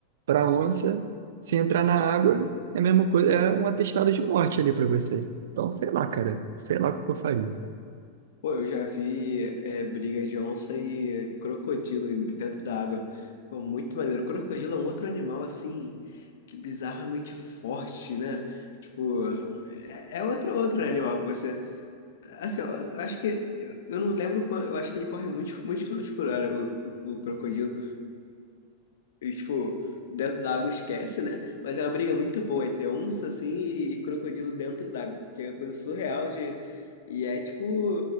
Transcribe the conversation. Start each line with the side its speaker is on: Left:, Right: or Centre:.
Right: pra onça, se entrar na água, é a mesma coisa, é um atestado de morte ali pra você. Então, sei lá, cara. Sei lá o que eu faria.
Left: Pô, eu já vi é, briga de onça e crocodilo em- dentro da água. Pô, muito maneiro. Crocodilo é um outro animal, assim, que bizarramente forte, né? Tipo, é, é outro, outro animal que você... Assim, ó, eu acho que... Eu eu não lembro, qual- eu acho que ele corre muito, muito quilômetros por hora, o, o- o crocodilo. E, tipo, dentro da água esquece, né? Mas é uma briga muito boa entre onça, assim, e, e crocodilo dentro d'água, porque é uma coisa surreal de... E é, tipo,